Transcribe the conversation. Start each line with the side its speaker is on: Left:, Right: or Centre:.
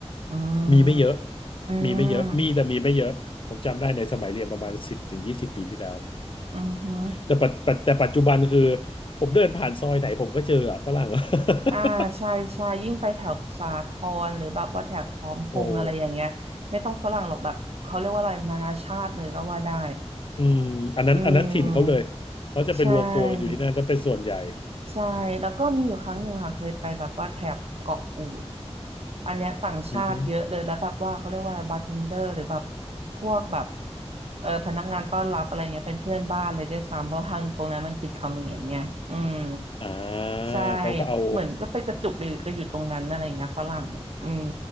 Right: อื
Left: มีไม่เยอะ
Right: มอืม
Left: มีไม่เยอะมีแต่มีไม่เยอะผมจำได้ในสมัยเรียนประมาณสิบถึงยี่สิบปีที่แล้ว
Right: อือฮึ
Left: แต่ปัจปัจแต่ปัจจุบันคือผมเดินผ่านซอยไหนผมก็เจออะฝรั่ง <laughs>
Right: อ่าใช่ใช่ยิ่งไปแถบสาทรหรือแบบว่าแถบพร้อมพงษ์อะไรอย่างเงี้ยไม่ต้องฝรั่งหรอกแบบเขาเรียกว่าอะไรนานาชาติเลยก็ว่าได้
Left: โอ้โหอืมอันนั้นอันนั้นถิ่นเขาเลย
Right: อืม
Left: เขาจะไปรวมตัวกันอยู่ที่นั่นแล้วเป็นส่วนใหญ่
Right: ใช่ ใช่แล้วก็มีอยู่ครั้งหนึ่งค่ะเคยไปแบบว่าแถบเกาะกูด
Left: อืม
Right: อันเนี้ยต่างชาติเยอะเลยแล้วแบบว่าเขาเรียกว่าอะไรบาร์เทนเดอร์หรือแบบ
Left: อือฮึ
Right: พวกแบบเออพนักงานต้อนรับอะไรเงี้ยเป็นเพื่อนบ้านเลยด้วยซ้ำเพราะทางตรงนั้นมันติดเขมรไงอืม
Left: อ่า
Right: ใช่
Left: เขาก็เอา
Right: เหมือนก็ไปกระจุกอยู่ก็อยู่ตรงนั้นอะไรเงี้ยฝรั่งอ่ะอืม